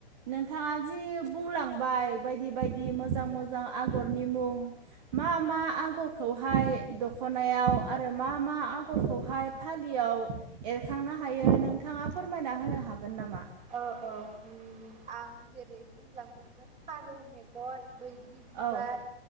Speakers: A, on the right; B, on the right.
A: नोंथाङा जि बुंलांबाय बायदि बायदि मोजां मोजां आगरनि मुं मा मा आगरखौहाय दखनायाव आरो मा मा आगरखौहाय फालियाव एरखांनो हायो नोंथाङा फोरमायना होनो हागोन नामा
B: औ औ आं जेरै- बुंलांदोंमोन फारौ मेगन, बैग्रि बिबार
A: औ